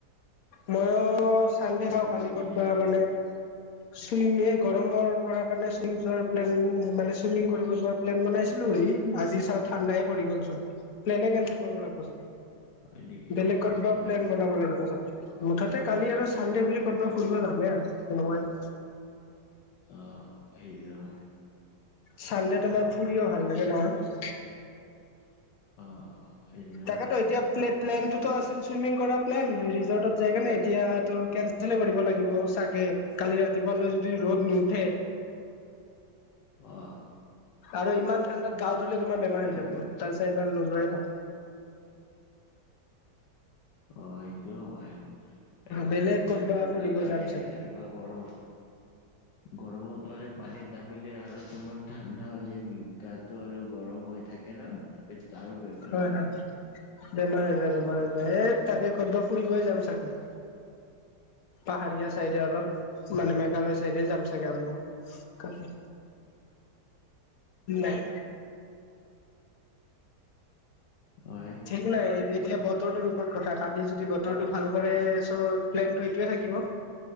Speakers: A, on the left (about 60°); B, on the left (about 80°).
A: মইও- সান্‌ডে
B: একবাৰ
A: চাওঁ, কালি
B: কিনিলে
A: ক'তবা মানে- চুইম এই গৰমৰ পৰা কাৰণে <unintelligible> প্লেন মানে, চুইমিং কৰিব যোৱা- প্লেন বনাইছিলোঁ। ই' আজি চাওঁ ঠাণ্ডাই পৰি গ'ল চোন। প্লেনে কেনচেল কৰিব লাগিবচোন।
B: হয় নেকি
A: বেলেগ কতবা
B: অ
A: প্লেন বনাব লাগিব চাগে? মুঠতে কালি আৰু সান্‌ডে বুলি ক'ব ফুৰিব যামেই আৰু। তেনেকুৱাই।
B: অহ, এইয়াই।
A: সান্‌ডে তোমাৰ ফুৰিও ভাল লাগে নহয়।
B: অ'। সেইটো
A: তাকতো,
B: হয়
A: এতিয়া প্লে-প্লেনটোতো আছিল চুইমিং কৰা প্লেন, ৰি-ৰিচৰ্টটোত যায় কেনে। এতিয়াতো কেন- চেলে কৰিব লাগিব চাগে। কালি ৰাতিপুৱালৈ যদি ৰ'দ নুঠে।
B: অহ।
A: আৰু ইমান ঠাণ্ডাত গাওঁ ধুলে তোমাৰ বেমাৰ হৈ যাব।
B: হয়
A: তাৰ চাইমান নোযোৱাই ভাল।
B: অ' সেইটোও হয়। এ' পানীত
A: বেলেগ
B: নামিব
A: ক'তবা ফুৰিব
B: নালাগে
A: যাম
B: হে
A: চাগে
B: এনু- ৱা গৰম। গৰমত মানে- পানীত নামিলে আৰু তোমাৰ ঠাণ্ডা হয় যে। ম' গাটো আৰু গৰম হৈ থাকে ন'। তাৰ পিছত আৰু বেমাৰ
A: হয়
B: পৰি
A: হয়
B: যায়।
A: বেমাৰ হৈ যায়, বেমাৰ হৈ যায়। এ' তাকে, কতবা ফুৰিবই যাম চাগে। পাহাৰীয়া চাইডে অলপ। মানে, মেঘালয় চাইডে যাম চাগে আমিও কালি। নাই।
B: হয়
A: ঠিক নাই, হেৰি - এতিয়া বতৰটোৰ ওপৰত কথা। কালি যদি বতৰটো ভাল কৰে চ' প্লেনটো এইটোৱে থাকিব।